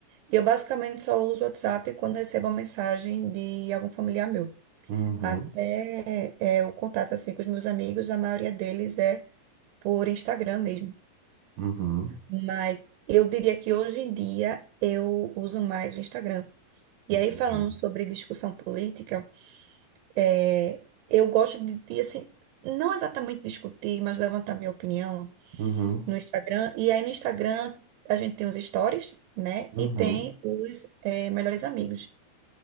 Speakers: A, on the right (about 85°); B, on the right (about 65°).
A: E eu basicamente só uso WhatsApp quando recebo uma mensagem de algum familiar meu.
B: Uhum,
A: Até é, o contato assim com os meus amigos, a maioria deles é por Instagram mesmo.
B: uhum,
A: Mas eu diria que hoje em dia eu uso mais o Instagram. E
B: entendi.
A: aí, falando sobre discussão política, é, eu gosto de, de, assim, não exatamente discutir, mas levantar minha opinião
B: Uhum,
A: no Instagram. E aí no Instagram a gente tem os stories, né?
B: uhum,
A: E tem os eh, melhores amigos.